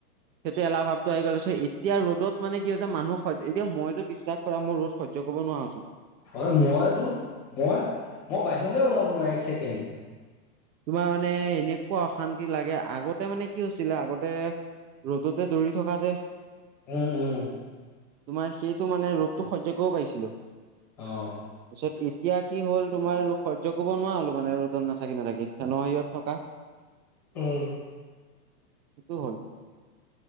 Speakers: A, on the right; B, in the centre.
A: সেইটো এলাহ ভাৱটো আহ গ'ল, পিছত এতিয়া ৰ'দত মানে কি হৈছে মানুহ হই এতিয়া মই টো বিশ্বাস কৰা মই ৰ'দ সহ্য কৰিব নোৱাৰা হৈছো।
B: হয় মইতো মই-মই বাহিৰলে ওলাব নোৱাৰো এক ছেকেণ্ড।
A: তোমাৰ মানে এনেকুৱা অশান্তি লাগে আগতে মানে কি হৈছিলে আগতে ৰ'দতে দৌৰি থকা যে
B: উম-উম।
A: তোমাৰ সেইটো মানে ৰ'দটো সহ্য কৰিবও পাৰিছিলো।
B: অ',
A: তাৰিছত এতিয়া কি হ'ল তোমাৰ সহ্য কৰিব নোৱাৰ হ'লো মানে ৰ'দত নাথাকি-নাথাকি। ফেনৰ হেৰিয়ত থকা,
B: উম।
A: সেইটো হ'ল।